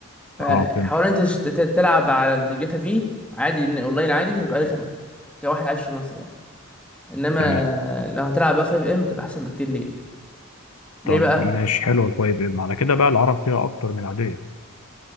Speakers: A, in the centre; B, on the left.
A: فحوار
B: اه فهمتك
A: انت تش- ت- تلعب على الجاتا في عادي ان اونلاين عادي دي هتبقى رخمه كواحد عايش في مصر يعني انما
B: تمام
A: لو هتلعب بقى في اف ام تبقى احسن بكتير ليك ليه
B: طب
A: بقى
B: ماشي حلوة طيب إيه؟ على كده بقى العرب فيها اكتر من العادية